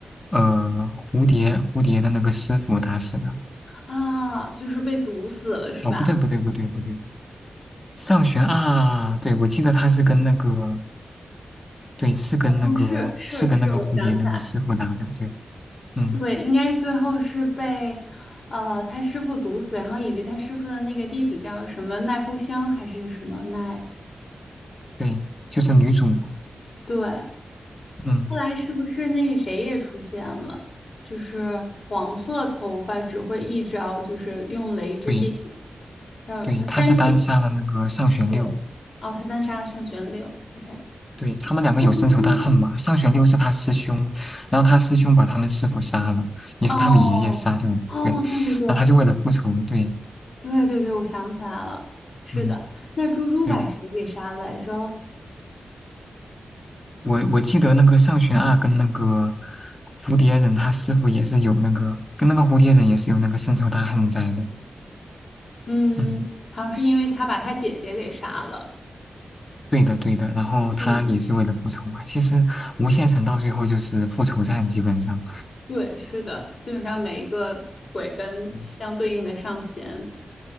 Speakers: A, on the left (about 30°); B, on the left (about 55°).
A: 呃蝴蝶蝴蝶的那个师傅打死的。
B: 啊，就是被毒死了是吧？
A: 哦，不对不对不对不对，上学二，对，我记得他是跟那个对是跟那个是跟那个蝴蝶那个师傅打的。
B: 好像是是是，我想起来，
A: 对，嗯，
B: 对，应该最后是被呃他师傅毒死，然后以及他师傅的那个弟子叫什么奈乎香还是什么奈。
A: 对，就是女主嘛。
B: 对，
A: 嗯，
B: 后来是不是那个谁也出现了？就是黄色头发只会一招，就是用雷之电，
A: 对
B: 叫叫三叶。
A: 对，他是单杀了那个上弦六。
B: 对，哦，他单杀上弦六，OK。
A: 对，他们两个有深仇大恨嘛。
B: 那就跟
A: 上弦六是他师兄，然后他师兄把他们师傅杀了，也是他的爷爷杀掉的。
B: 哦哦，
A: 对，
B: 对对对
A: 然后他就为了复仇，对，
B: 对对对，我想起来了，是的。
A: 嗯。
B: 那猪猪把谁给杀了来着？
A: 对，我我记得那个上弦二跟那个蝴蝶忍他师傅也是有那个，跟那个蝴蝶忍也是有那个深仇大恨在的。
B: 嗯，
A: 嗯，
B: 好像是因为他把他姐姐给杀了。
A: 对的对的。然后他也是为了复仇嘛。
B: 嗯，
A: 其实无限城到最后就是复仇战，基本上。
B: 对，是的，基本上每一个鬼跟相对应的上弦。
A: 嗯